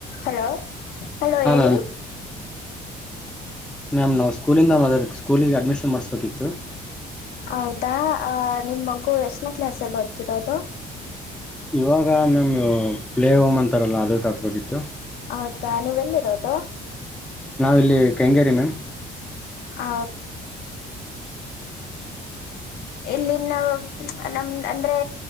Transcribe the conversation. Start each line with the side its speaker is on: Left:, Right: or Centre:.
Left: ಹಲೋ ಹಲೋ
Centre: ಹಾಂ
Left: ಹೇಳಿ
Centre: ಮ್ಯಾಮ್ ಮ್ಯಾಮ್ ನಾವು ಸ್ಕೂಲಿಂದ ಮದದ ಸ್ಕೂಲಿಗೆ ಅಡ್ಮಿಷನ್ ಮಾಡಿಸ್ಬೇಕಿತ್ತು
Left: ಹೌದಾ ನಿಮ್ಮ ಮಗು ಎಷ್ಟನೇ ಕ್ಲಾಸಲ್ಲಿ ಬರ್ತಿರೋ ಅದು
Centre: ಇವಾಗ ಮ್ಯಾಮ್ ಪ್ಲೇ ಹೋಮ್ ಅಂತಾರಲ್ಲ ಅದಕ್ಕೆ ಹಕ್ಬೇಕಿತ್ತು
Left: ಹೌದಾ ನೀವೆ ಎಲ್ಲಿರೋದು
Centre: ನಾವಿಲ್ಲಿ ಕಂಗೇರಿ ಮ್ಯಾಮ್
Left: ಅ ಇಲ್ಲಿ ನ ನಮ ಅಂದ್ರೆ